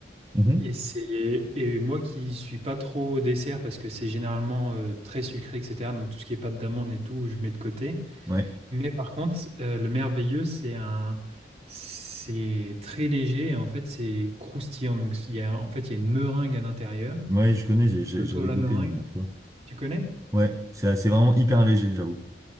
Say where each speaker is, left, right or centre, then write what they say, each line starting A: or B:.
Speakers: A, on the right; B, on the right.
A: Mhm.
B: Et c'est et moi qui suis pas trop au dessert parce que c'est généralement euh, très sucré, etc. Donc tout ce qui est pâte d'amande et tout, je mets de côté.
A: Ouais.
B: Mais par contre, euh, le Merveilleux, c'est un c'est très léger et en fait c'est croustillant. Donc il y a en fait il y a une meringue à l'intérieur.
A: Ouais, je connais, j'ai-
B: Tout
A: j'ai-
B: autour
A: j'avais
B: de la
A: goûté
B: meringue,
A: la dernière fois.
B: tu connais?
A: Ouais, c'est c'est vraiment hyper léger, j'avoue.